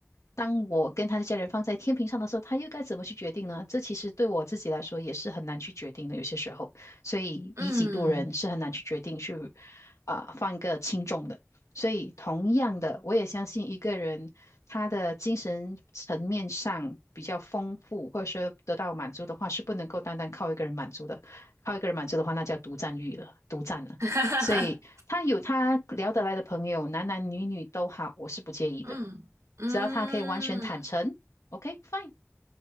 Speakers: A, on the left; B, on the right.
A: 当我跟他的家人放在天平上的时候，他又该怎么去决定呢？这其实对我自己来说也是很难去决定的，有些时候，所以以己度人是很难去决定去
B: 嗯，
A: 啊、放一个轻重的。所以同样的，我也相信一个人他的精神层面上比较丰富，或者说得到满足的话，是不能够单单靠一个人满足的。靠一个人满足的话，那叫独占欲了，独占了。
B: <laughs> 哈哈哈
A: 所以他有他聊得来的朋友，男男女女都好，我是不介意的，
B: 嗯嗯。
A: 只要他可以完全坦诚，OK fine。